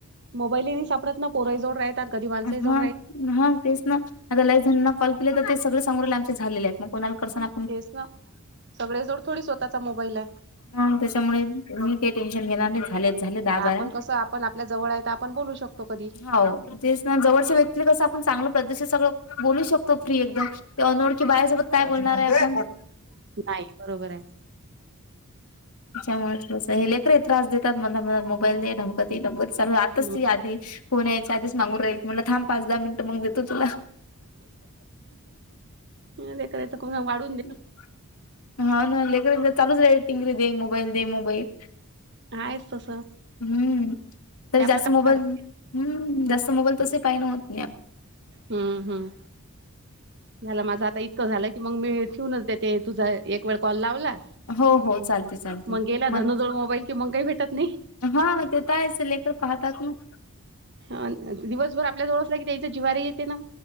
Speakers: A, on the right (about 50°); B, on the left (about 85°).
A: मोबाईल सापडत ना पोरई जोड राहतात कधी माणसंही
B: अ
A: जोड
B: हा
A: राहतात
B: हा तेच ना आता लाई जणांना कॉल केले तर ते सगळें समोर आमचे झाले आहेत मग कोणाला कसं.
A: तेच ना सगळे जोड थोडी स्वतःचा मोबाईल आहे
B: ह त्याच्यामुळे मी ते टेन्शन घेणार नाही झालेत. झाले दहा
A: आता
B: बारा.
A: आपण कसं आपण आपल्या जवळ आहे तर आपण बोलू शकतो कधी
B: हो तेच ना जवच्या व्यक्तीला कसं आपण चांगलं प्रदूषित सगळं. बोलू शकतो फ्री एकदम अनोळखी बाहेसोबत काय बोलणार आहे अस.
A: नाही बरोबर आहे.
B: त्याच्यामुळेसं हे लेकर त्रास देतात म्ह मोबाईल आमक दे तमक चालू आताच
A: आहे
B: ती आधी फोन यायचा आधीच सांगून राहिली मला थांब पाच, दहा मिनट मग देतो तुला
A: लेकरायचं कोणा वाढून दे
B: <unintelligible> हा ना लेकर चालूच रा टिंगरी दे मोबाईल दे मोबाईल
A: आहेच तसं
B: हम्म तर
A: ते आपलं
B: जास्त
A: काय
B: मोबाईल हम् जास मोबाईल तस पाहि नवतं.
A: हम्म हम्म. झाला माझं आता इतकं झालं की मग मी ठेवूनच देते तुझा एक वेळ कॉल लावला
B: हो हो चालते चालते
A: मग गेला
B: मला
A: धनु जवळ मोबाईल कि मंग काही भेटत नाही
B: हा ते तर आहे स लेकर पाहतात मग
A: दिवसभर आपल्या जवळ असला की त्याचा जीवारी येते ना.